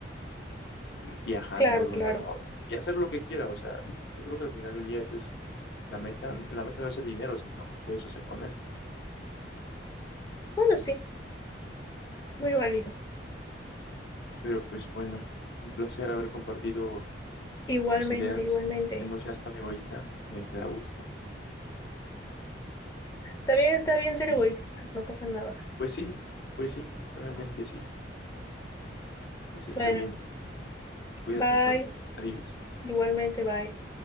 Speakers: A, on the left (about 65°); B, on the left (about 20°).
A: viajando
B: Claro,
A: de
B: claro.
A: un lado a otro y hacer lo que quiera, o sea, yo creo que al final del día ese es La meta, la meta no es el dinero, sino lo que puedes hacer con él.
B: Bueno, sí, muy válido.
A: Pero pues bueno, un placer haber compartido
B: Igualmente,
A: tus ideas,
B: igualmente.
A: que no seas tan egoísta, me, me da gusto.
B: También está bien ser
A: Y
B: egoísta, no pasa nada.
A: pues sí, pues sí, realmente sí, pues está
B: Bueno,
A: bien. Cuídate
B: bye.
A: entonces, adiós.
B: Igualmente, bye.